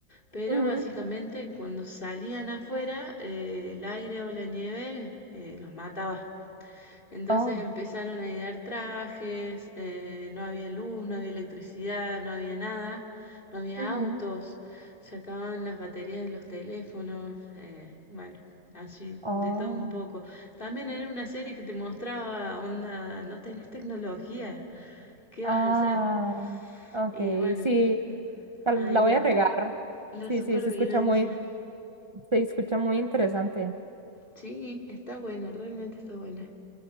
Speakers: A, on the left; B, on the right.
A: pero
B: mhm
A: básicamente cuando salían afuera eh, el aire o la nieve eh, los mataba. Entonces
B: Oh,
A: empezaron a idear trajes, eh, no había luz, no había electricidad, no había nada, no había
B: mhm
A: autos, se acababan las baterías de los teléfonos, eh, bueno, así,
B: Oh.
A: de todo un poco. También era una serie que te mostraba, onda, no tenés tecnología, ¿qué
B: Ah,
A: vas a hacer?
B: ok,
A: Y bueno,
B: sí. tal-
A: ahí
B: La
A: la,
B: voy a agregar.
A: la
B: Sí,
A: supervivencia.
B: sí, se escucha muy, se escucha muy interesante.
A: Sí, está buena, realmente está buena.